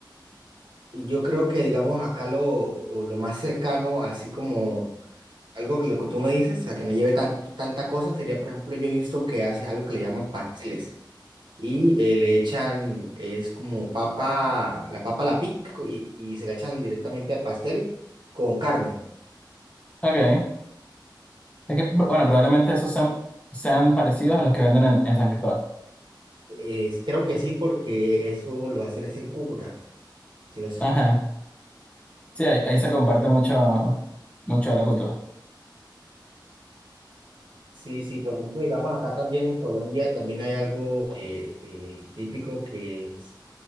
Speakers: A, on the right (about 75°); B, on the left (about 15°).
A: Y yo creo que, digamos, acá lo, o lo más cercano, así como algo que lo que tú me dices, o sea, que no lleve tanto, tanta cosa, sería, por ejemplo, yo he visto que hace algo que le llaman pasteles y eh, le echan, es como papa, la papa la pica y, y se la echan directamente al pastel con carne.
B: Ok. Es que, bueno, probablemente esos sean, sean parecidos a los que venden en, en San Cristóbal.
A: Es- creo que sí, porque eso lo hacen es en Cúcuta, si no
B: Ajá. Sí, ahí, ahí se comparte mucho, mucho de la cultura.
A: Sí, sí, por ejemplo, digamos, acá también en Colombia también hay algo eh, eh, típico que es-